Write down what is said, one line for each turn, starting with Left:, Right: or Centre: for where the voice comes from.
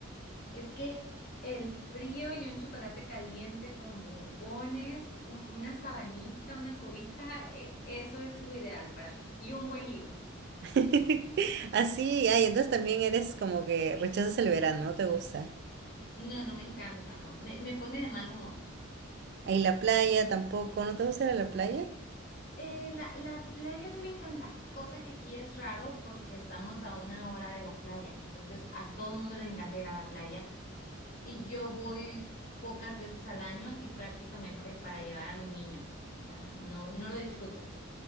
Left: Es que el frío y un chocolate caliente con bombones, un- una sabanita, una cobija, e- eso es lo ideal para mí. Y un buen libro.
Right: <laughs> Así, ay, entonces también eres como que rechazas el verano, no te gusta.
Left: No, no me encanta, no. Me, me pone de mal humor.
Right: Ahí la playa tampoco, ¿no te gusta ir a la playa?
Left: Eh, la, la playa no me encanta, cosa que aquí es raro porque estamos a una hora de la playa. Entonces, a todo el mundo le encanta ir a la playa y yo voy pocas veces al año y prácticamente para llevar a mi niño. O sea, no, no lo disfruto.